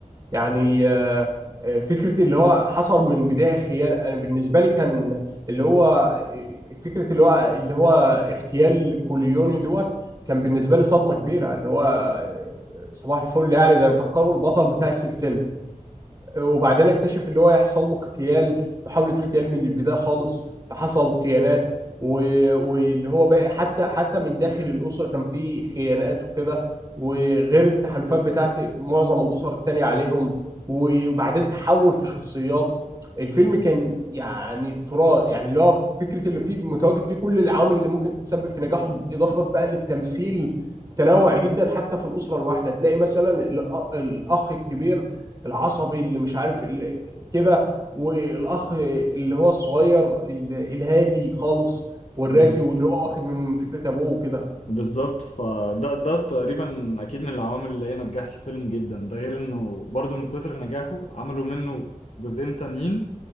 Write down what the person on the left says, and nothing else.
بز...
بالظبط فده ده تقريبا أكيد من العوامل اللي هي نجحت الفيلم جدا ده غير إنه برضو من كثر نجاحه عملوا منه جزئين تانيين